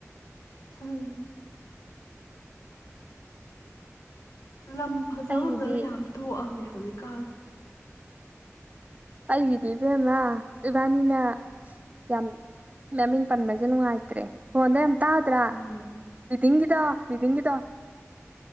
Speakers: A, on the left; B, on the right.
A: ꯍꯨꯝ ꯂꯝ ꯐꯖ
B: ꯑꯩꯒꯤꯗꯤ
A: ꯐꯖꯕ ꯌꯥꯝ ꯊꯣꯛꯑꯝꯅꯦ <unintelligible>
B: ꯑꯩꯒꯤꯗꯤ ꯏꯕꯦꯝꯃ ꯏꯕꯥꯅꯤꯅ ꯌꯥꯝ ꯃꯃꯤꯡ ꯄꯟꯕꯁꯦ ꯅꯨꯡꯉꯥꯏꯇ꯭ꯔꯦ ꯐꯣꯟꯗ ꯌꯥꯝ ꯇꯥꯗ꯭ꯔꯥ
A: ꯎꯝ
B: ꯔꯤꯗꯤꯡꯒꯤꯗꯣ ꯔꯤꯗꯤꯡꯒꯤꯗꯣ